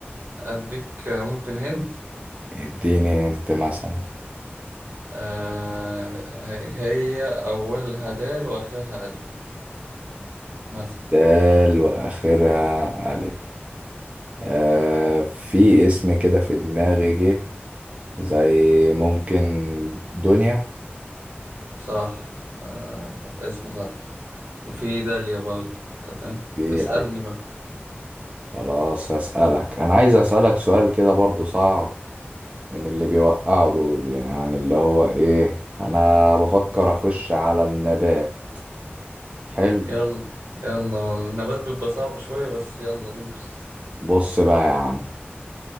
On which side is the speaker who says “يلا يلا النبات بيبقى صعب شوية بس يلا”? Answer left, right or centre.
Right